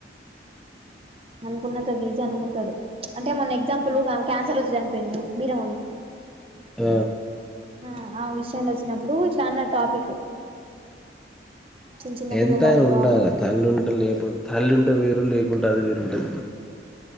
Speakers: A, on the right; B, in the centre.
A: అనుకున్నంత విజీ అను ఉంటారు అంటే మొన్న ఎగ్జాంపుల్ క్యాన్సర్ వచ్చి చనిపోయింది చూడు బీరంవాలు
B: ఆ
A: ఆ ఆ విషయంలో తెలిసినప్పుడు చానా టాపిక్ చిన్న చిన్న
B: ఎంతయినా
A: పిల్లలు అయ్యో
B: ఉండాలి తల్లి ఉంటే లేపో తల్లి ఉంటే వేరు లేకుంట అది వేరుంటది